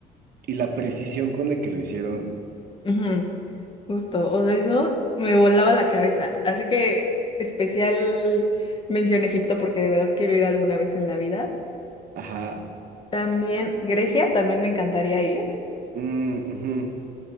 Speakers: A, on the right; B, on the left.
A: y la precisión con la que lo hicieron.
B: ujú, justo. O sea, eso me volaba la cabeza. Así que especial mención a Egipto porque de verdad quiero ir alguna vez en la vida.
A: Ajá.
B: También Grecia, también me encantaría ir.
A: Mm, ujú.